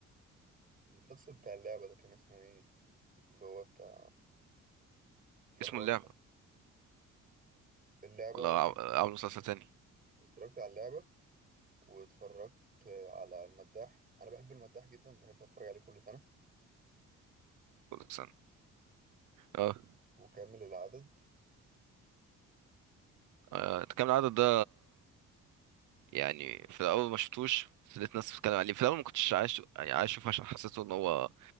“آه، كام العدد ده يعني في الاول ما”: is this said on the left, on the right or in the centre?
Right